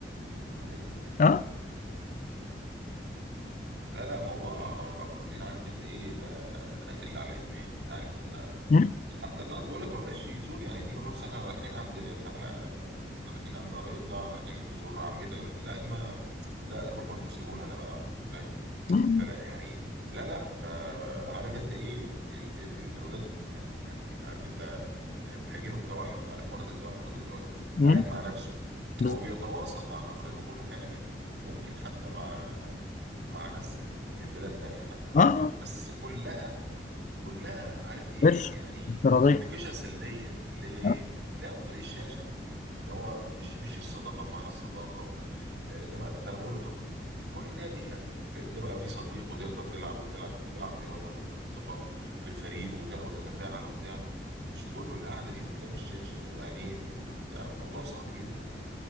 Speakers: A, on the right; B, on the left.
A: ايوه
B: اه
A: لا لا موضوع بقى خطير عارف انت ايه بقى داخل على ادمان انت عارف انت
B: مم.
A: حتى الولد بقول لك ما بقاش يزور يعني تيجي نقول لهم احنا رايحين عند تعالى احنا رايحين عند قرايبنا رايحين نزور عمتك لا ما لا روحوا انتوا سيبونا انا بقى فاهم
B: مم.
A: فلا يعني لا لا فعارف انت ايه ال ال الاولاد يعني عارف انت هيجي لهم توحد عارف مرض التوحد اللي هو
B: مم.
A: قاعد مع نفسه
B: بز-
A: هو بيتواصل مع الاخرين وكل حاجه وممكن حتى مع مع ناس من من بلاد تانية حتى
B: اه
A: بس كلها كلها عارف ايه
B: قرش
A: يعني
B: افتراضيه
A: كوميونيكيشن سلبيه اللي هي ايه
B: آه.
A: اللي هي عن طريق الشاشه ان هو مش مش الصداقه بمعنى الصداقه وما آه، انما فانا بقول له طب روح النادي يعني في- ده بقى في صديق وتقدر تلعب وبتلعب بتلعب رياضه وليك اصدقاء في الفريق وت- وتتفاعل وبتاع مش كله القعده دي قدام الشاشه وعينيك والبتاع موضوع صعب جدا يعني